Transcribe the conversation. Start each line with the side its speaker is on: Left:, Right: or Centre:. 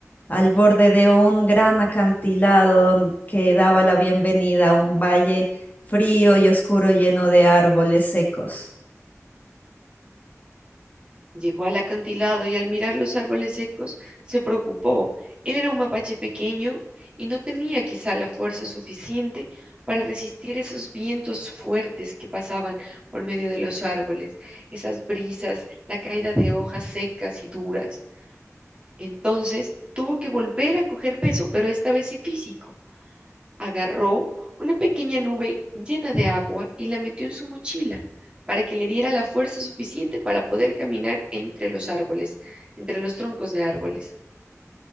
Left: al borde de un gran acantilado don- que daba la bienvenida a un valle frío y oscuro lleno de árboles secos.
Right: Llegó al acantilado y al mirar los árboles secos se preocupó. Él era un mapache pequeño y no tenía quizá la fuerza suficiente para resistir esos vientos fuertes que pasaban por medio de los árboles, esas brisas, la caída de hojas secas y duras. Entonces tuvo que volver a coger peso, pero esta vez sí físico agarró una pequeña nube llena de agua y la metió en su mochila para que le diera la fuerza suficiente para poder caminar entre los árboles, entre los troncos de árboles.